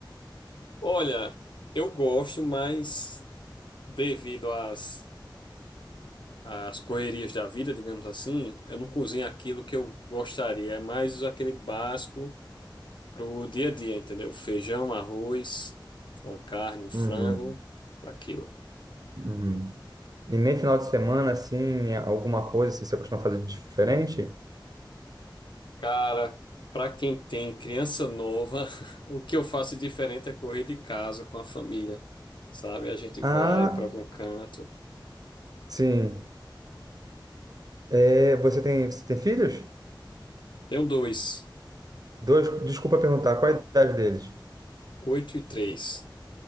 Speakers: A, on the left; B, on the right.
A: Olha, eu gosto, mas devido às, às correrias da vida, digamos assim, eu não cozinho aquilo que eu gostaria. É mais aquele básico pro dia a dia, entendeu? Feijão, arroz, uma carne, um frango,
B: Uhum,
A: aquilo.
B: uhum. E nem final de semana, assim, é alguma coisa, assim, você costuma fazer de diferente?
A: Cara, para quem tem criança nova, <laughs> o que eu faço diferente é correr de casa com a família, sabe? A gente vai
B: Ah,
A: para algum canto.
B: sim. É, você tem, você tem filhos?
A: Tenho dois,
B: Dois, desculpa perguntar, qual a idade deles?
A: oito e três.